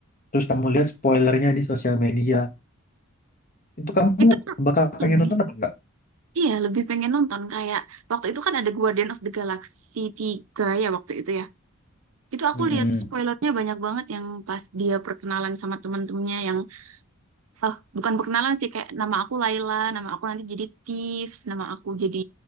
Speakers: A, on the left (about 40°); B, on the right (about 75°).
A: Terus kamu lihat spoilernya di sosial media, itu kamu
B: itu kan
A: bakal pengen
B: lebih
A: nonton apa enggak?
B: iya lebih pengen nonton kayak waktu itu kan ada Guardian of the Galaxy 3 ya waktu itu ya itu aku
A: Mm-mm.
B: lihat spoilernya banyak banget yang pas dia perkenalan sama teman-temannya yang eh bukan perkenalan sih kayak nama aku Laila nama aku nanti jadi Thieves nama aku jadi